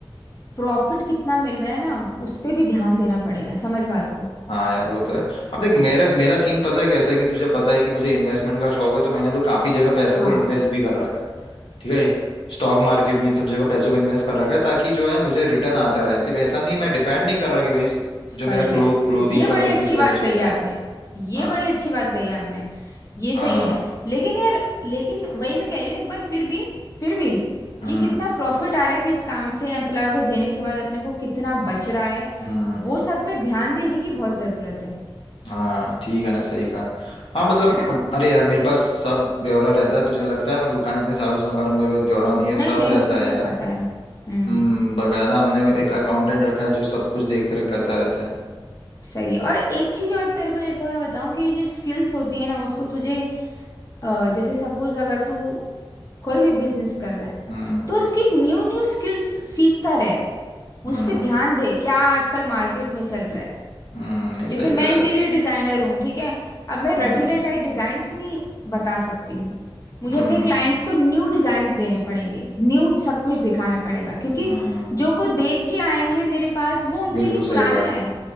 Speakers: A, on the left; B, on the left.
A: प्रॉफिट कितना मिल रहा है ना उस पे भी ध्यान देना पड़ेगा समझ बात को
B: हाँ यार वो तो है अब देख मेरा मेरा सीन पता है कैसा है कि तुझे पता है कि मुझे इन्वेस्टमेंट का शौक है तो मैंने तो काफी जगह पैसे
A: हाँ
B: को इन्वेस्ट भी कर रखा है ठीक है स्टॉक मार्केट में इन सब जगह पैसों को इन्वेस्ट कर रखा है ताकि जो है मुझे रिटर्न आता रहे सिर्फ ऐसा नहीं मैं डिपेंड नहीं कर रहा कि भाई
A: सही
B: जो मेरा क्लोथ
A: है
B: क्लोथिंग
A: ये
B: का
A: बड़ी
B: बिजनेस
A: अच्छी बात
B: है उसी
A: कही
B: से
A: है
B: आया
A: आपने ये
B: हाँ
A: बड़ी अच्छी बात कही है आपने ये सही
B: हाँ
A: है लेकिन यार लेकिन वही मैं कह रही हूँ एक बार फिर भी फिर भी
B: हम्म
A: कि कितना प्रॉफिट आ रहा है किस काम से एम्प्लॉय को देने के बाद अपने को कितना बच रहा है
B: हम्म
A: वो सब पे ध्यान देने की बहुत ज़रूरत है
B: हाँ ठीक है ना सही कहा हाँ मतलब
A: है ना
B: अब- अरे यार मेरे पास सब ब्यौरा रहता है तुझे लगता है मैं दुकान इतने सालों से संभाल रहा हूँ मेरे पास ब्यौरा नहीं है
A: नहीं
B: सब
A: नहीं
B: रहता
A: वो तो मुझे
B: है यार
A: पता है हम्म
B: हम्म बकायदा हमने एक अकाउंटेंट रखा है जो सब कुछ देख रेख करता रहता है
A: सही है और एक चीज और तेरे को जैसे मैं बताऊं कि जो स्किल्स होती है ना उसको तुझे अ, जैसे सपोज अगर तू कोई भी बिजनेस कर रहा है
B: हम्म
A: तो उसकी न्यू न्यू स्किल्स सीखता रहे
B: हम्म
A: उस पे ध्यान दे क्या आजकल मार्केट में चल रहा है
B: हम्म नहीं
A: जैसे
B: सही
A: मैं
B: कह रहा
A: इंटीरियर
B: है
A: डिजाइनर हूँ ठीक है अब मैं रटी
B: हम्म
A: रटाई डिजाइन्स नहीं बता सकती हूँ मुझे
B: हम्म
A: अपने क्लाइंट्स को न्यू डिजाइन्स देने पड़ेंगे न्यू सब कुछ दिखाना पड़ेगा क्योंकि
B: हम्म
A: जो वो देख के आए हैं मेरे पास वो उनके
B: बिल्कुल
A: लिए
B: सही
A: पुराना
B: बात
A: है
B: है